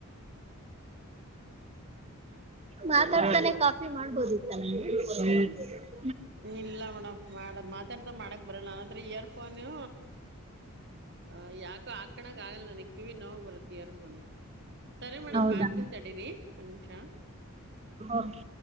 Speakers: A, on the right (about 30°); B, on the right (about 50°).
A: ಮಾತಾಡ್ತಾನೆ ಕಾಫಿ ಮಾಡ್ಬೋದಿತ್ತ ಮೇಡಮ್.
B: ಏ ಇಲ್ಲ ಮೇಡಮ್ ಮಾಡ ಮಾತಾಡ್ದ ಮಾಡಕ್ ಬರಲ್ಲ ನನ್ನತ್ರ ಏರ್ ಫೋನು ಹ ಯಾಕೋ ಆಕಣಕ್ ಆಗಲ್ಲ ನನ ಕಿವಿ ನೋವು ಬರುತ್ತ ಎರ್ಫೋನು ಸರಿ ಮೇಡಮ್
A: ಹೌದಾ
B: ಮಾಡ್ತಿನ್ ತಡೀರಿ ಒಂದ ನಿಮಿಷ.
A: ಓಕೆ